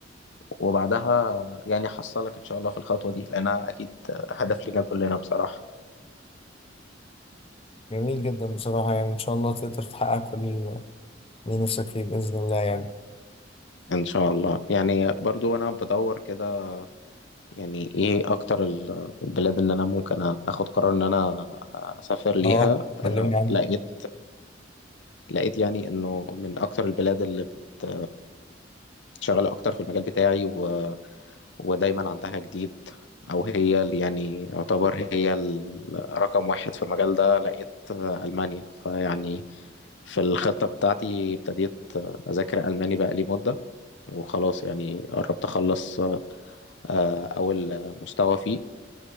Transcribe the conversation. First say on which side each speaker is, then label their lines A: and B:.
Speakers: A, on the left; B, on the left.
A: وبعدها يعني احصلك ان شاء الله في الخطوه دي لانها اكيد هدف لينا كلنا بصراحه
B: جميل جدا بصراحة يعني ان شاء الله تقدر تحقق كل اللي نفسك فيه بإذن الله يعني
A: ان شاء الله يعني برضو انا بدور كده يعني ايه اكتر ال- البلاد اللي انا ممكن اخد قرار ان انا اسافر ليها
B: اه كلمني
A: أه،
B: عنه
A: لقيت لقيت يعني انه من اكتر البلاد اللي بت شغالة أكتر في المجال بتاعي و... ودايما عندها جديد أو هي اللي يعني يعتبر هي ال- رقم واحد في المجال ده لقيت آه، ألمانيا فيعني في الخطة بتاعتي ابتديت آه، أذاكر ألماني بقالي مدة وخلاص يعني قربت أخلص آه، آه، أول آه، مستوى فيه